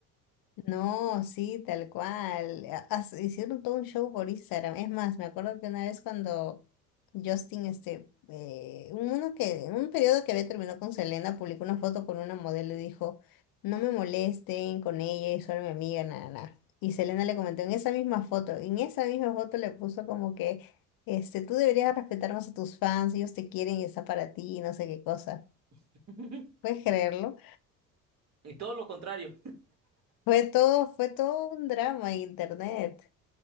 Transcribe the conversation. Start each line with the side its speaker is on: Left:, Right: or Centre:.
Left: No, sí, tal cual. Ha- has- Hicieron todo un show por Instagram. Es más, me acuerdo que una vez cuando Justin, este, eh, uno que, un periodo que había terminado con Selena, publicó una foto con una modelo y dijo, no me molesten con ella, es solo mi amiga, nada, nada. Y Selena le comentó en esa misma foto, en esa misma foto le puso como que, este, tú deberías respetar más a tus fans, ellos te quieren y están para ti, y no sé qué cosa.
Right: <laughs>
Left: ¿Puedes creerlo?
Right: Y todo lo contrario.
Left: Fue todo, fue todo un drama en internet.